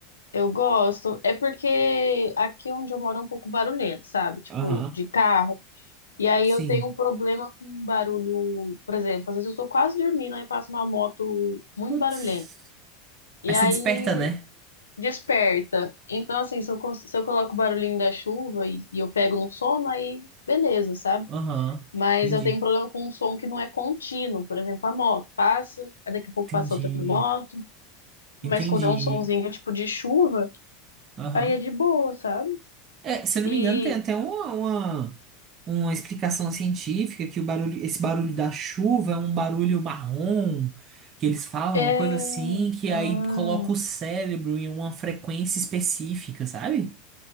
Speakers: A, on the left; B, on the right.
A: Eu gosto, é porque aqui é onde eu moro é um pouco barulhento, sabe? Tipo,
B: Aham,
A: de carro. E aí
B: sim.
A: eu tenho um problema com um barulho, por exemplo, às vezes eu tô quase dormindo, aí passa uma moto muito
B: Putz.
A: barulhenta. E
B: Aí
A: aí
B: você desperta, né?
A: desperta. Então, assim, se eu, cons- se eu coloco o barulhinho da chuva e, e eu pego no sono, aí beleza, sabe?
B: Aham,
A: Mas
B: entendi.
A: eu tenho um problema com um som que não é contínuo. Por exemplo, a moto passa, aí daqui a pouco
B: Entendi.
A: passa outra moto. Mas
B: Entendi.
A: quando é um sonzinho tipo de chuva,
B: Aham.
A: aí é de boa, sabe?
B: É, se eu não
A: E
B: me engano, tem até uma, uma, uma explicação científica que o barulho, esse barulho da chuva é um barulho marrom, que eles falam,
A: É.
B: uma coisa assim, que
A: Ah,
B: aí coloca o cérebro em uma frequência específica, sabe?